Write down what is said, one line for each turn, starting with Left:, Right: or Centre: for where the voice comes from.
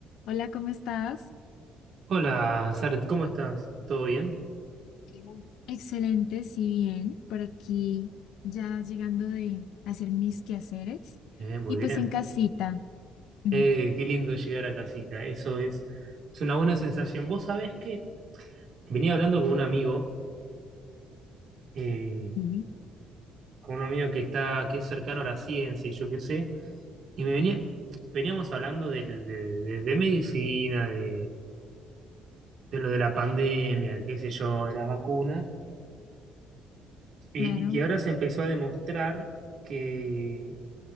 Left: Hola, ¿cómo estás?
Right: Hola, Saret, ¿cómo estás? ¿Todo bien?
Left: Bien. Excelente, sí, bien. Por aquí ya llegando de hacer mis quehaceres
Right: Eh, muy
Left: y pues
Right: bien.
Left: en casita. Ujú,
Right: Eh, qué lindo llegar a casita, eso es, es una buena sensación. Vos sabés que venía hablando con un amigo, eh,
Left: Sí,
Right: con un amigo que está, que es cercano a la ciencia y yo qué sé, y me venía, veníamos hablando del- de, de- de medicina, de, de lo de la pandemia, qué sé yo, de las vacunas, y,
Left: claro.
Right: y que ahora se empezó a demostrar que